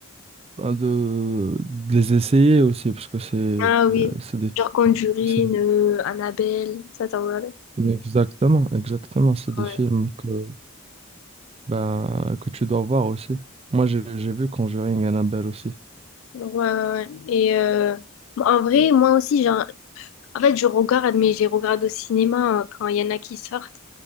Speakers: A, on the right; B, on the left.
A: ben, de, de les essayer aussi, parce que c'est euh,
B: Ah oui,
A: c'est des,
B: genre Conjuring,
A: c'est des-
B: euh, Annabelle, ça t'en regardé?
A: Exactement, exactement, c'est des
B: Ouais.
A: films que, ben, que tu dois voir aussi. Moi, j'ai j'ai vu Conjuring Annabelle aussi.
B: Ouais, ouais, ouais. Et euh, en vrai, moi aussi, genre, en fait, je regarde, mais j'ai regardé au cinéma euh, quand il y en a qui sortent.